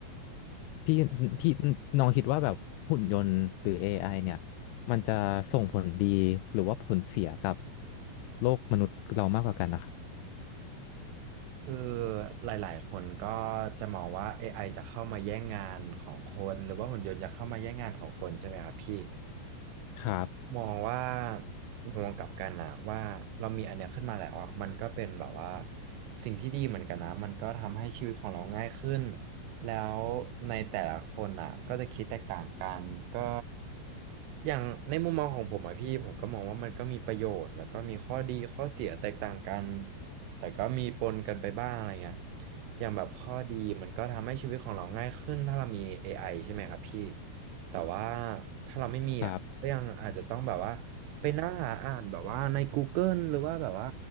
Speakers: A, on the left; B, on the right.
A: พี่พี่น้องคิดว่าแบบหุ่นยนต์หรือ AI เนี่ยมันจะส่งผลดีหรือว่าผลเสียกับโลกมนุษย์เรามากกว่ากันนะครับ
B: คือหลายๆคนก็จะมองว่า AI จะเข้ามาแย่งงานของคนหรือว่าหุ่นยนต์จะเข้ามาแย่งงานของคนใช่ไหมครับพี่
A: ครับ
B: มองว่ามองกลับกันนะว่าเรามีอันเนี้ยขึ้นมาแล้วอะมันก็เป็นแบบว่าสิ่งที่ดีเหมือนกันนะมันก็ทำให้ชีวิตของเราง่ายขึ้นแล้วในแต่ละคนอ่ะก็จะคิดแตกต่างกันก็อย่างในมุมมองของผมอะพี่ผมก็มองว่ามันก็มีประโยชน์แล้วก็มีข้อดีข้อเสียแตกต่างกันแต่ก็มีปนกันไปบ้างอะไรเงี้ยอย่างแบบข้อดีมันก็ทำให้ชีวิตของเราง่ายขึ้นถ้าเรามี AI ใช่ไหมครับพี่ แต่ว่าถ้าเราไม่มีอ่ะก็ยังอาจจะต้องแบบว่าไปนั่งหาอ่านแบบว่าใน
A: ครับ
B: Google หรือว่าแบบว่า